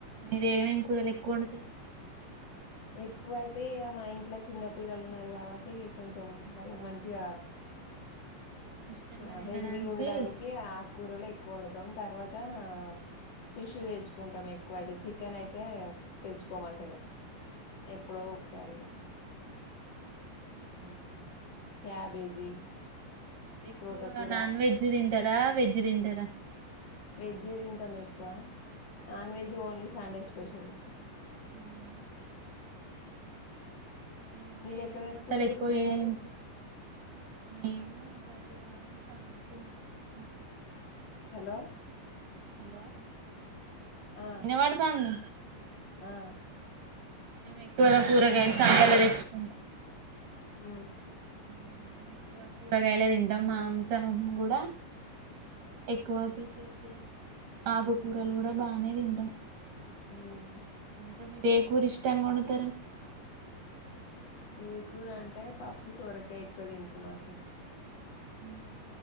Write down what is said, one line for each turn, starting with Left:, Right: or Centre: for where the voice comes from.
Right: మీర ఏమెమి కూరలు ఎక్కువ వండుతారు
Left: ఎక్కువయితే ఇగా మా ఇంట్లో చిన్న పిల్లలు ఉన్నారు కాబట్టి కొంచెం వాళ్ళకి మంచిగా
Right: ఇష్టంగా
Left: ఆ
Right: తినడానికి
Left: హెల్ దిగా ఉండడానికి ఆకూరలు ఎ కొండుతాం తర్వాత అ ఫిష్ తెచ్చుకుంటాం ఎక్కువయితే చికెన్ అయితే తెచ్చుకోం అసలే ఎప్పుడో ఒకసారిఇగా ఉమ్ క్యాబేజీ
Right: ఎక్కువగా
Left: తోటకూర
Right: నాన్ వెజ్ తింటారా వెజ్ తింటారా
Left: వెజే తింటాం ఎక్కువ non veg only Sunday special
Right: ఉమ్ ఇంకేమేమి
Left: మీరు ఎక్కడ తెచ్చుకుంటరు
Right: వంటలు ఎక్కువ
Left: కూరగాయలు
Right: చేయించు? మేము ప్రతి వారం సంతఉంటది మాకు
Left: హలో
Right: హలో
Left: ఆ
Right: ఇన్న వాడతందా
Left: ఆ
Right: ఎక్కువగా కూరగాయ సాంతలు తెచ్చుకుంటాం
Left: ఆ
Right: <inaudible> కూరగాయలే తింటామా ఎగజామ్ కూడా ఎక్కువ ప్రిపేర్ చెయ్య ఆగకూరలు
Left: ఉమ్
Right: కూడా బానే తింటాం
Left: ఉమ్
Right: ఇకా మీకేగురి ఇష్ట ఇట్టంగా వండుతరా
Left: ఏకూర అంటే పప్పు సొరకాయ ఎక్కువ తింటారు మాకు ఇంట్లో
Right: ఉ